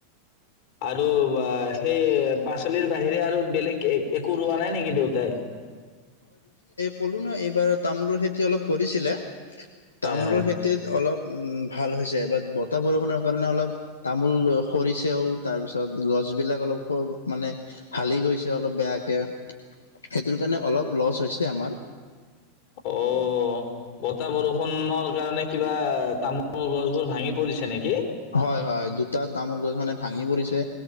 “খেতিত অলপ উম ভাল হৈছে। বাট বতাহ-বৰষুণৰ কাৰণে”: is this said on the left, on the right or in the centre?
Left